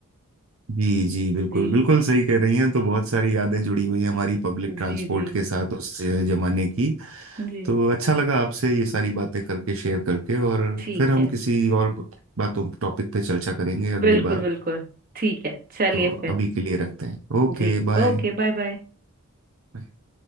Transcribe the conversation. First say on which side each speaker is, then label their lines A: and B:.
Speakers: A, on the right (about 70°); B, on the right (about 45°).
A: जी जी बिल्कुल
B: जी
A: बिल्कुल सही कह रही हैं तो बहुत सारी यादें जुड़ी हुई हैं हमारी पब्लिक ट्रांसपोर्ट
B: जी जी
A: के साथ उस जमाने की
B: जी
A: तो अच्छा लगा आपसे ये सारी बातें करके शेयर करके और
B: ठीक
A: फिर हम
B: है
A: किसी और बातों टॉपिक पे चर्चा करेंगे अगली
B: बिल्कुल
A: बार
B: बिल्कुल ठीक है चलिए
A: तो
B: फिर
A: अभी के लिए रखते हैं ओके
B: जी
A: बाय
B: Okay bye bye
A: हम्म